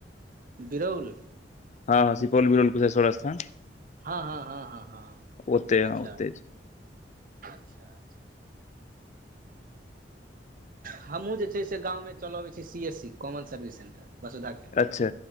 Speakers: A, on the right; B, on the left.
A: बिरल।
B: ह हँ सुपौल मीरलनकुश सोड़ स्था
A: हँ हँ हँ
B: ओते हँ
A: अच्छा
B: ओते छै
A: अच्छा अच हमहूँ जे छै से गावमे चलऽ बैत छी C S C common service centre बसे धाक के
B: अच्छा